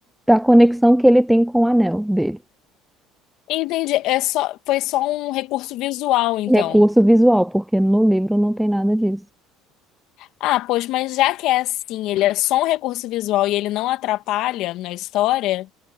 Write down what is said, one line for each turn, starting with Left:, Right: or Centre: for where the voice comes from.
Centre: da conexão que ele tem com o anel dele.
Left: Entendi. É só, foi só um recurso visual, então.
Centre: Recurso visual, porque no livro não tem nada disso.
Left: Ah, poxa, mas já que é assim, ele é só um recurso visual e ele não atrapalha na história,